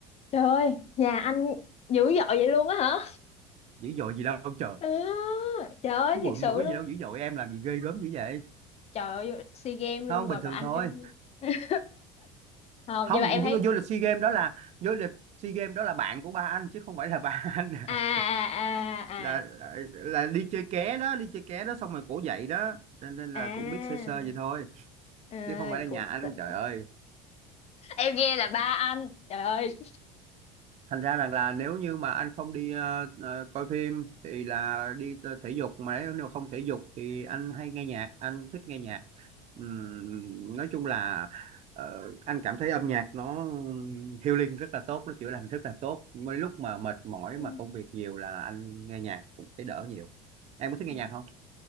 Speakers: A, on the left; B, on the right.
A: trời ơi, nhà anh dữ dội vậy luôn á hả
B: dữ dội gì đâu trời
A: À, trời ơi
B: Cái quận
A: thiệt sự
B: mà có
A: luôn
B: gì đâu dữ dội em làm gì ghê gớm dữ vậy
A: trời ơi SEA Games luôn
B: nó không
A: rồi
B: bình thường
A: mà anh
B: thôi
A: kêu gì <laughs> không
B: không
A: nhưng mà em thấy
B: vô, vô lịch SEA Games đó là vô lịch SEA Games đó là bạn của ba anh chứ không phải là ba anh
A: à à
B: <laughs>
A: à
B: là,
A: à
B: là là đi chơi ké đó đi chơi ké đó xong rồi cổ dậy đó nên nên
A: à,
B: là cũng biết sơ sơ vậy thôi
A: à
B: chứ không phải là nhà
A: cũng
B: anh
A: xịn
B: trời ơi
A: em nghe là ba anh trời ơi
B: thành ra rằng là nếu như mà anh không đi ờ, ờ, coi phim thì là đi ờ, thể dục mà nếu nếu không thể dục thì anh hay nghe nhạc anh thích nghe nhạc Ừm, nói chung là ờ, anh cảm thấy âm nhạc nó healing rất là tốt nó chữa lành rất là tốt mấy lúc mà mệt mỏi
A: Ừ.
B: mà công việc nhiều là anh nghe nhạc cũng thấy đỡ nhiều em có thích
A: Ờ,
B: nghe nhạc không